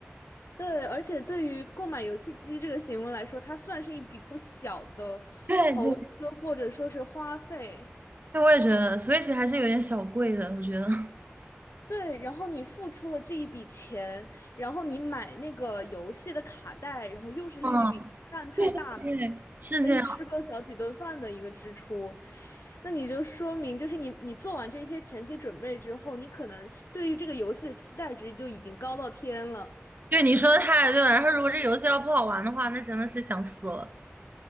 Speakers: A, on the left; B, on the right.
A: 对，而且对于购买游戏机这个行为来说，它算是一笔不小的投资或者说是花费。
B: <laughs> 对对，对，我也觉得 Switch 还是有点小贵的，我觉得。
A: 对，然后你付出了这一笔钱，然后你买那个游戏的卡带，然后又是另一笔不算太大了
B: 嗯，对，是这样。
A: 可以吃个小几顿饭的一个支出，那你就说明就是你你做完这些前期准备之后，你可能对于这个游戏的期待值就已经高到天了。
B: 对，你说的太对了。然后如果这游戏要不好玩的话，那真的是想死了。